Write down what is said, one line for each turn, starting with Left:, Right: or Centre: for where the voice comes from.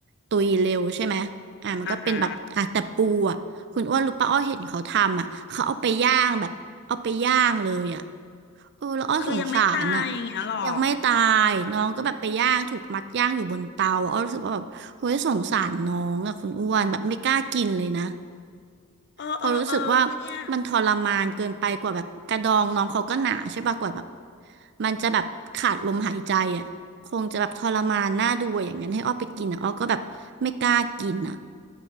Right: ตุยเร็วใช่ไหมอ่ะมันก็เป็นแบบอ่ะแต่ปูอะคุณอ้วนรู้ปะอ้อเห็นเขาทำอ่ะเขาเอาไปย่างแบบเอาไปย่างเลยอ่ะ
Left: อ่าฮะ
Right: เออแล้วอ้อสงสารน่ะ
Left: คือยังไม่ตายอย่างเงี้ยหรอ
Right: ยังไม่ตายน้องก็แบบไปย่างถูกมัดย่างอยู่บนเตาอ้อรู้สึกว่าแบบเฮ้ยสงสารน้องอะคุณอ้วนแบบไม่กล้ากินเลยนะ
Left: เออเออเออก็เนี่ย
Right: เพอราะรู้สึกว่ามันทรมานเกินไปกว่าแบบกระดองน้องเขาก็หนาใช่ป่ะกว่าแบบมันจะแบบขาดลมหายใจอะคงจะแบบทรมานน่าดูอะอย่างนั้นให้อ้อไปกินอะอ้อก็แบบไม่กล้ากินอะ